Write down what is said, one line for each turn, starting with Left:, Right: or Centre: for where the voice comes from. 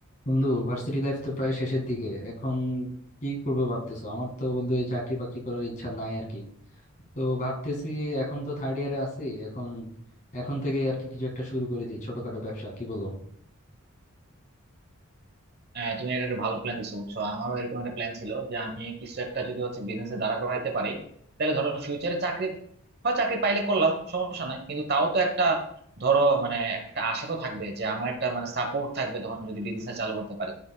Left: বন্ধু varsity life তো প্রায় শেষের দিকে এখন কি করবো ভাবতেছো আমার তো বন্ধু এই চাকরি বাকরি করার ইচ্ছা নাই আর কি তো ভাবতেছি এখন তো থার্ড ইয়ারে আছি এখন এখন থেকে আর কি কিছু একটা শুরু করে দিই ছোটখাটো ব্যবসা কি বলো
Right: হ্যাঁ তুমি এটা একটা ভালো প্ল্যান দিছো বুঝছো আমারও এরকম একটা প্ল্যান ছিল যে আমি কিছু একটা যদি হচ্ছে বিজনেসে দাঁড়া করাইতে পারি তাহলে ধরো ফিউচারে চাকরি হয় চাকরি পাইলে করলাম সমস্যা নাই কিন্তু তাও তো একটা ধরো মানে একটা আশা তো থাকবে যে আমার একটা মানে সাপোর্ট থাকবে তখন যদি বিজনেস চালু করতে পারি